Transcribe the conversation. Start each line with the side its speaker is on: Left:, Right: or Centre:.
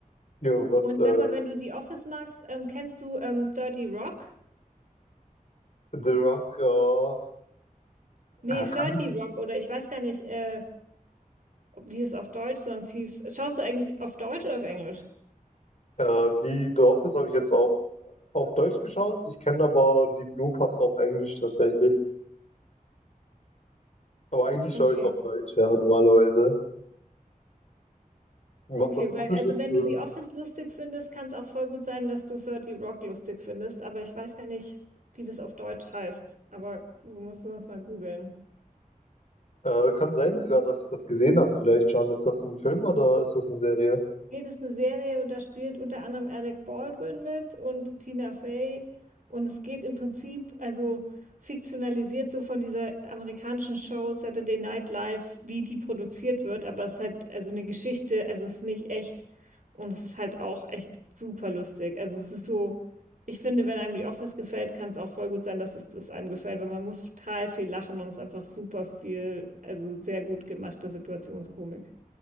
Left: Ja, was
Right: Und
Left: äh,
Right: sag mal, wenn du The Office magst, ähm, kennst du ähm, 30 Rock?
Left: The Rock äh,
Right: Nee,
Left: er
Right: 30
Left: kann.
Right: Rock oder ich weiß gar nicht, äh, wie es auf Deutsch sonst hieß. Schaust du eigentlich auf Deutsch oder auf Englisch?
Left: Äh, die The Office habe ich jetzt auf, auf Deutsch geschaut. Ich kenne aber die Blue Pass auf Englisch tatsächlich. Aber eigentlich schaue
Right: Okay.
Left: ich es auf Deutsch, ja, normalerweise. Macht
Right: Okay,
Left: das einen
Right: weil,
Left: Unterschied?
Right: also wenn
Left: Oder?
Right: du The Office lustig findest, kann es auch voll gut sein, dass du 30 Rock lustig findest, aber ich weiß gar nicht, wie das auf Deutsch heißt. Aber du musst es sonst mal googeln.
Left: Äh, kann sein sogar, dass ich das gesehen habe. Vielleicht schon. Ist das ein Film oder ist das eine Serie?
Right: Nee, das ist eine Serie und da spielt unter anderem Alec Baldwin mit und Tina Fey. Und es geht im Prinzip, also fiktionalisiert so von dieser amerikanischen Show Saturday Night Live, wie die produziert wird. Aber es ist halt also eine Geschichte, also es ist nicht echt und es ist halt auch echt super lustig. Also es ist so, ich finde, wenn einem The Office gefällt, kann es auch voll gut sein, dass es es einem gefällt, weil man muss total viel lachen und es ist einfach super viel, also sehr gut gemachte Situationskomik.